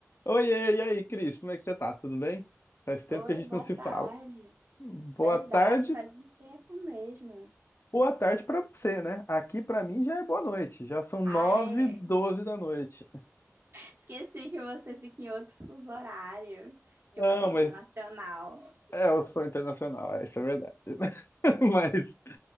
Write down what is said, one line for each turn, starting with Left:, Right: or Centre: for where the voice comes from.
Left: Oiê, e aí, Cris, como é que você tá? Tudo bem? Faz tempo
Right: Oi,
Left: que a gente
Right: boa
Left: não se
Right: tarde.
Left: fala. Boa
Right: Verdade,
Left: tarde,
Right: faz um tempo mesmo.
Left: boa tarde pra você, né? Aqui pra mim já é boa noite, já são nove
Right: Ai,
Left: doze da noite.
Right: esqueci que você fica em outro fuso horário,
Left: Não,
Right: que você é internacional.
Left: mas é, eu sou internacional, é, isso é verdade. <laughs> Mas,